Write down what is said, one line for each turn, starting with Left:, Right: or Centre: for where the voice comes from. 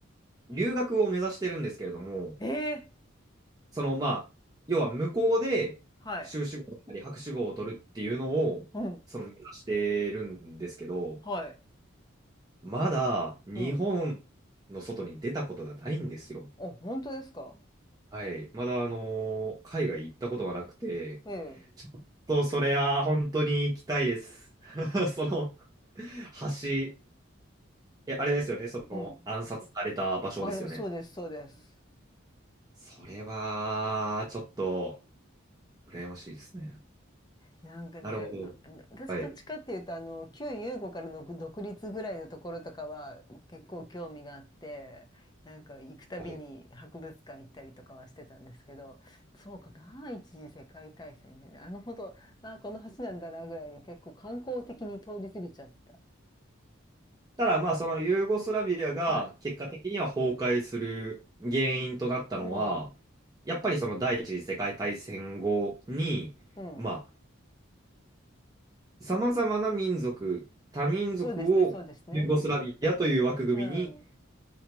Right: 留学を目指してるんですけれども、
Left: ええ。
Right: その、まあ、要は向こうで修士号だったり博士号を取るっていうのを、
Left: はい。うん。
Right: その目指してるんですけど、
Left: はい。
Right: まだ日本
Left: うん。
Right: の外に出たことがないんですよ。
Left: あ、本当ですか
Right: はい。まだ、あのー海外行ったことがなくて、
Left: ええ。
Right: ちょっとそれは本当に行きたいです。<laughs> その橋、え、あれですよね。その暗殺された場所ですよね。
Left: うん。あれ、そうです、そうです。
Right: それは、ちょっと、羨ましいですね。
Left: なんかね、
Right: なるほど。
Left: あ、私どっちかっていうと、
Right: はい。
Left: あの、旧ユーゴからの独立ぐらいのところとかは結構興味があって、なんか行くたびに博物館行ったりとかはしてたんですけど、
Right: はい
Left: そうか、第一次世界大戦でね、あのほど、あ、この橋なんだなぐらいに結構観光的に通り過ぎちゃった。
Right: ただまあそのユーゴスラビアが結果的には崩壊する原因となったのは
Left: はい。うん。
Right: やっぱりその第一次世界大戦後にま
Left: うん。
Right: あさまざまな民族多民族をユーゴスラビアという枠組みに
Left: そうですね、そうですね。うん。